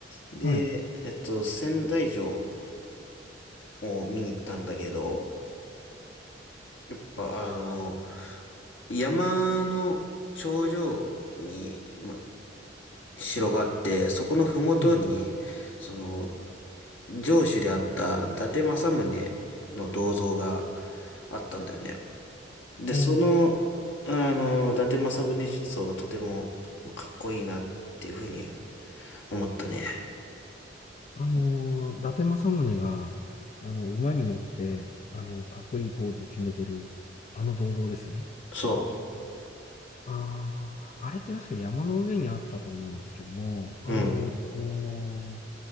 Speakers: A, on the left; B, on the left.
A: で、
B: はい。
A: えっと、仙台城を見に行ったんだけど、やっぱあの、山の頂上に、まあ、城があって、そこの麓に、
B: ええ
A: その、城主であった伊達政宗の銅像があったんだよね。で、
B: あー
A: その、あの、伊達政宗像がとてもかっこいいなっていうふうに思ったね。
B: あのー伊達政宗が、あの、馬に乗って、あの、かっこいいポーズを決めてる、あの銅像ですね。
A: そう。
B: ああ、あれって確か山の上にあったと思うんですけども、あの、
A: うん、
B: おー